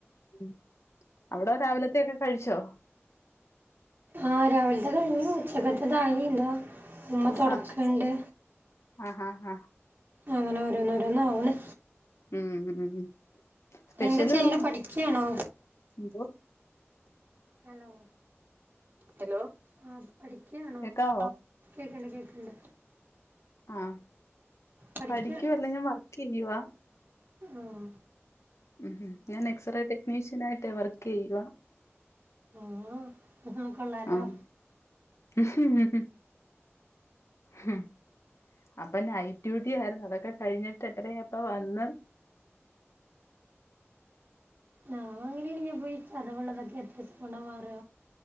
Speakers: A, on the left; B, on the right.
A: ഉം അവിട രാവിലത്തെയൊക്കെ കഴിച്ചോ.
B: ആഹ് രാവിൽത്തെ കഴിഞ്ഞു ഉച്ചകത്തതായി താ. ഉമ്മ തൊടക്ക്ണ്ട്
A: ആഹ് ആഹ് ആഹ് ആഹ്
B: അങ്ങന ഓരോന്നോരോന്നാവ്ണ്.
A: ഉം ഉം സ്പെഷ്യല്
B: എന്താ ചെയ്യ്ണ്
A: വല്ലതും
B: പഠിക്കാണോ
A: ണ്ടോ.
B: ഹലോ ഹലോ ആഹ് പഠിക്ക്യാണോ.
A: കേക്കാവോ
B: കേക്ണ്ട് കേക്ണ്ട്.
A: ആഹ്
B: പഠിക്കാണോ
A: പഠിക്ക്യുവല്ല ഞ വർക്കെയ്യുവാ.
B: ആഹ്.
A: ഉം ഞാൻ എക്സ്റേ ടെക്നീഷ്യൻ ആയിട്ട് വർക്കെയ്യുവ.
B: ആഹ് അ കൊള്ളാല്ലോ.
A: ആഹ് <inaudible> ഹമ അപ്പൊ നൈറ്റ് ഡ്യൂട്ടി ആരുന്നു അതൊക്കെ കഴിഞ്ഞിട്ട് എട്ടര യായപ്പോ വന്ന്
B: നാ ങ്ങനെയണങ് പോയി ചതവള്ളതൊക്കെ എത്ര സക്കൊണ്ട മാറ